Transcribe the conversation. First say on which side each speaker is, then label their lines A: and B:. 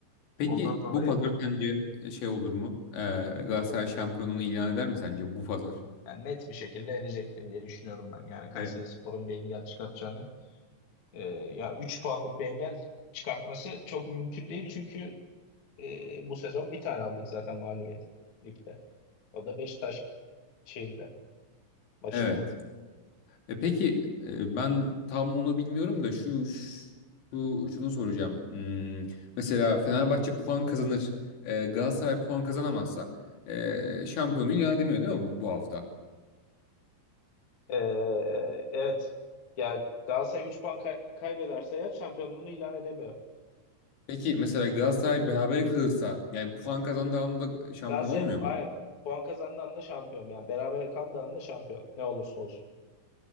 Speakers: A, on the left (about 60°); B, on the left (about 45°).
A: Peki
B: ondan dolayı
A: bu pazar sence şey olur mu? Ee, Galatasaray şampiyonluğunu ilan eder mi sence bu pazar?
B: yani net bir şekilde edecektir diye düşünüyorum ben. Yani Kayserispor'un
A: Evet.
B: bir engel çıkartacağını e, ya 3 puanlık bir engel çıkartması çok mümkün değil çünkü e, bu sezon bir tane aldık zaten mağlubiyet ligde. O da Beşiktaş şeyinde maçında.
A: Evet. E peki e, ben tam onu bilmiyorum da şu, şu şunu soracağım. Hmm, mesela Fenerbahçe puan kazanır, e, Galatasaray puan kazanamazsa e, şampiyonluğu ilan edemiyor değil mi bu, bu hafta?
B: Ee, evet. Yani Galatasaray 3 puan kay- kaybederse eğer şampiyonluğunu ilan edemiyor.
A: Peki mesela Galatasaray berabere kalırsa yani puan kazandığı anda şampiyon
B: Galatasaray
A: olmuyor mu?
B: aynen, puan kazandığı anda şampiyon. Yani berabere kaldığı anda şampiyon. Ne olursa olsun.